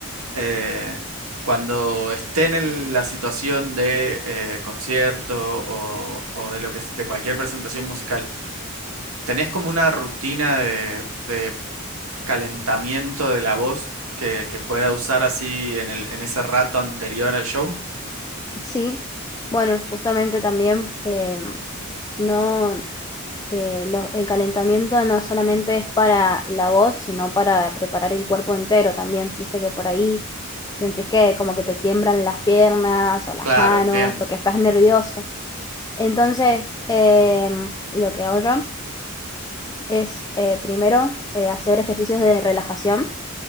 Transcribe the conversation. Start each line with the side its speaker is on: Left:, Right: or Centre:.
Right: eh, cuando esté en el- la situación de eh, concierto o, o de lo que, de cualquier presentación musical, ¿tenés como una rutina de, de calentamiento de la voz que, que pueda usar así en el, en ese rato anterior al show?
Left: sí. Bueno, justamente también em, no, eh, lo- el calentamiento no solamente es para la voz, sino para preparar el cuerpo entero también. Viste que por ahí sentís que como que te tiemblan las piernas o las
Right: Claro,
Left: manos
Right: entiendo.
Left: porque estás nervioso. Entonces, em, lo que hago yo es eh, primero eh, hacer ejercicios de relajación,